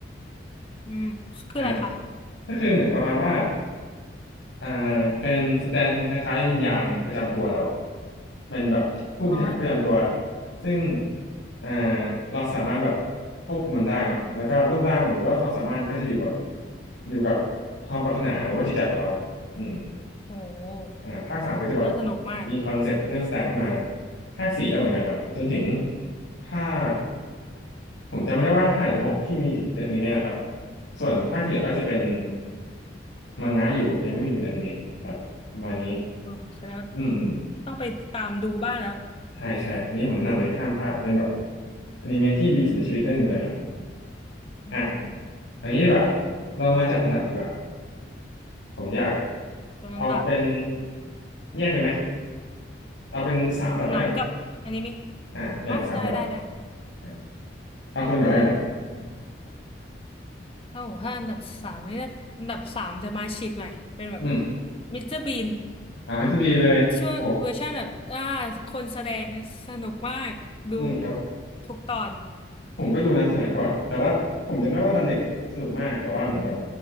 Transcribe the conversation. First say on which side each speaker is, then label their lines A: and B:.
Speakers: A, on the left; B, on the left.
A: อืมคืออะไรคะ
B: อ่าก็คือเหมือนประมาณว่าอ่าเป็นสแตนคล้ายๆวิญญาณประจำตัวเราอะเป็นแบบผู้พิทักษ์ประจำตัว
A: อ๋อ
B: ซึ่งอ่าเราสามารถแบบควบคุมมันได้เนาะแล้วก็รูปร่างหรือว่าความสามารถก็จะอยู่แบบอยู่กับความปรารถนาหรือว่าจิตใจของเราอืม
A: โห
B: อ่าภาคสามก็จะแบบ
A: น่าสนุกมาก
B: มีคอนเซปต์เรื่องสแตนขึ้นมาภาคสี่ก็เหมือนกันครับจนถึงภาคผมจำไม่ได้ว่าห้าหรือหกที่มีถึงเป็นอนิเมะนะครับส่วนภาคที่เหลือก็จะเป็น
A: อืม
B: มังงะอยู่ยังไม่มีเป็นอนิเมะครับประมาณนี้
A: โอ้แสดงว่า
B: อืมอืม
A: ต้องไปตามดูบ้างแล้วอืม
B: ใช่ใช่อันนี้ผมแนะนำเลยห้ามพลาดเป็นแบบอนิเมะที่ดีสุดในชีวิตเรื่องหนึ่งเลยครับ
A: อืมโอ้
B: อ่ะเอันนี้ดีกว่าเรามาจัดอันดับดีกว่าผมอยาก
A: ตัวอันดับ
B: เอาเป็นแยกกันไหมเอาเป็นสามอันดับแล้วกัน
A: หนังกับอนิเมะ
B: อ่ะอย่างละสามอันดับ
A: อ๋อได้ได้ได้
B: อ่ะเอาคนหนึ่งก่อนแล้วกันครับ
A: ถ้าบอกถ้าอันดับสามนี่น่าอันดับสามจะมาฉีกหน่อยเป็นแบบ
B: อืม
A: มิสเตอร์บีน
B: อ่ามันจะมีเลยโอ้โห
A: ช่วงเวอร์ชันแบบอ่าคนแสดงสนุกมากดู
B: อืมครับ
A: ทุกตอน
B: ผมก็ดูนะสมัยก่อนแต่ว่าผมจำได้ว่าตอนเด็กอ่ะผมสนุกมากแต่ว่าเหมือนแบบ